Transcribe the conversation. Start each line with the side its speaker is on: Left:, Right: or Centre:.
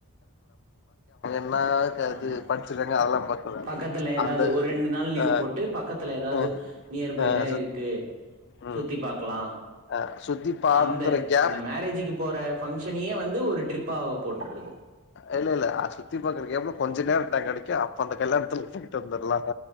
Left: <unintelligible> நா கது
Right: ஆமா
Left: படிச்சங்க அதெல்லாம் பக்க
Right: பக்கத்துல ஏதாவது
Left: அந்த
Right: ஒரு ரெண்டு நாள் லீவ்
Left: அ
Right: போட்டு பக்கத்துல ஏதாவது
Left: அஹ்
Right: நியர்பைல
Left: அ
Right: இருக்கு
Left: ம்
Right: சுத்தி பாக்கலா
Left: ஈ சுத்தி பாத்துருக்கே
Right: அந்த அந்த மேரேஜுக்கு போற பங்க்ஷனையும் வந்து ஒரு ட்ரிப்பா போட்டுறது
Left: இல்ல இல்லலை சுத்தி பாக்குறக்கே எப்போ கொஞ்ச நேரம்ட்டாங்க கிடைக்க அப்ப அந்த கல்யாணத்துல போயிட்டு வந்துடலாம்